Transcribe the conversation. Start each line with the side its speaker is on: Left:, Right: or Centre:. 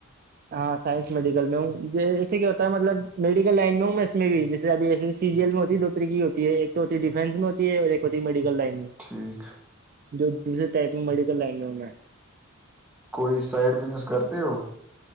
Right: ہاں سائنس میڈیکل میں ہوں جسے کیا ہوتا ہے مطلب میڈیکل لائن میں ہوں میں اس میں بھی جیس ابھی ایسے سی جیل میں ہوتی دو طریح کی ہوتی ہے ایک تو ہوتی ڈیفینس میں ہوتی ہے اور ایک ہوتی میڈیکل لائن میں
Centre: ٹھیک
Right: جو دوسرے ٹائپ میں میڈیکل لائنا میں
Centre: کوئی سائڈ بزنس کرتے ہو